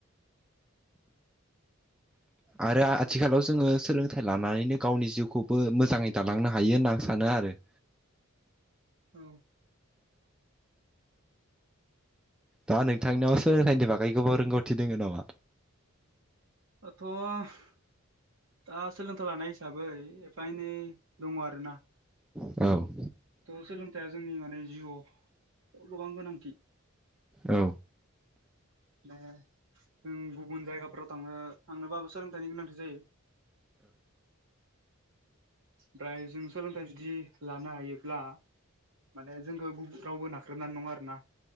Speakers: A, on the right (about 60°); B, in the centre.
A: <inaudible>
B: आरो आथिखालाव जोङो सोलोंथाइ लानानैनो गावनि जिउखौबो मोजाङै दालांनो हायो होनना आं सानो आरो।
A: औ।
B: दा नोंथांनियाव सोलोंथाइनि बागै गोबाव रोंगौथि दोङ नामा?
A: आथ' दा सोलोंथाइ लानाय हिसाबै एफा एनै दङ आरोना।
B: औ।
A: थ' सोलोंथाइया जोंनि माने जिउआव गोबां गोनांथि।
B: औ।
A: जों गुबुन जायगाफोराव थांनो थांनोबाबो सोंलो नि गोनांथि जायो। ओमफ्राय जों सोलोंथाइ जुदि लानो हायोब्ला माने जोंखौ रावबो नाख्रेबनो हानाय नङा आरोना।